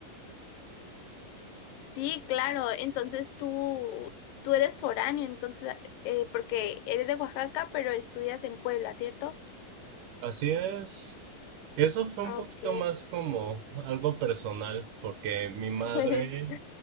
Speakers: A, on the left; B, on the right.
A: Sí, claro. Entonces tú, tú eres foráneo, entonces, eh, porque eres de Oaxaca, pero estudias en Puebla, ¿cierto?
B: Así es. Eso fue
A: Ah,
B: un poquito
A: Ok.
B: más como algo personal, porque mi madre
A: <laughs>